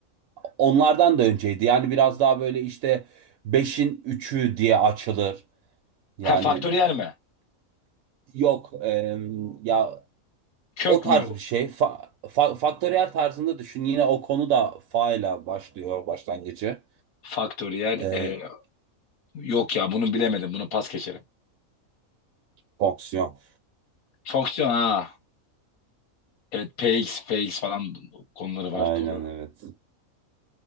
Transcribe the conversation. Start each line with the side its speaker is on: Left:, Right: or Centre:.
Right: onlardan da önceydi. Yani biraz daha böyle işte beşin üçü diye açılır. Yani
Left: He faktöriyel
Right: Hmm.
Left: mi?
Right: yok e, ya
Left: Kök
Right: o tarz
Left: mü?
Right: bir şey. Fa fa- faktöriyel tarzında düşün. Yine o konu da fa ile başlıyor başlangıcı.
Left: Faktöriyel
Right: E,
Left: e, yok ya bunu bilemedim. Bunu pas geçerim.
Right: fonksiyon.
Left: Fonksiyon ha. Evet px, px falan konuları var
Right: Aynen
Left: doğru.
Right: evet.